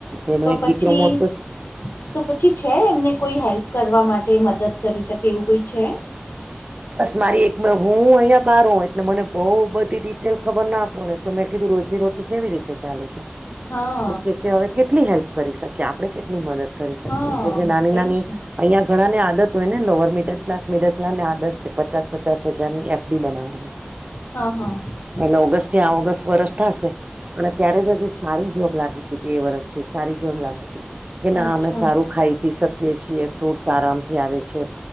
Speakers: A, on the right (about 35°); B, on the left (about 75°).
A: તેનો
B: તો
A: એક
B: પછી
A: દીકરો મોટો
B: તો પછી છે. એમને કોઈ હેલ્પ કરવા માટે મદદ કરી શકે એવું કોઈ છે.?
A: બસ મારી એક બે હું અહીં બાર હો એટલે મને બહ બધી ડિટેલ ખબર ના પડે. તો મે કીધું રોજી રટી કેવી રીતે ચાલે છે.?
B: હા
A: તો કે હવે કેટલી હેલ્પ કરી શકીએ આપણે કેટલી મદદ કરી શકીએ
B: હા
A: એટલે જે નાની નાની
B: એ જ
A: અહિયાયા
B: ને
A: ઘણા ને આદત હોય ને લોઅર મિડલ ક્સ મિડલ ક્લાસ ની આદત છે. પચાસ પચાસ હજારની બનાવાની
B: હા હા
A: એલે ઓગસ્ટ થી આ ઓગસ્ટ વરષ થશે અને ત્યારે જ હજી સારી જોબ લાગી હતી બે વર્ષથી સારી જોબ લાગી હતી કે ના
B: અચ્છા
A: અમે સારું ખાઈ પી શક છીએ ફ્રૂટસ આરામથી આવે છે